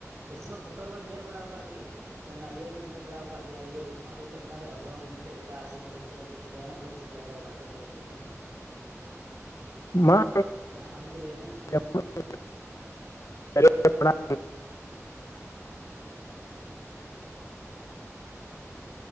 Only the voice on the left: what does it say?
ᱢᱟ
<unintelligible> ᱟᱹᱰᱤ ᱡᱳᱨ ᱚᱱᱟ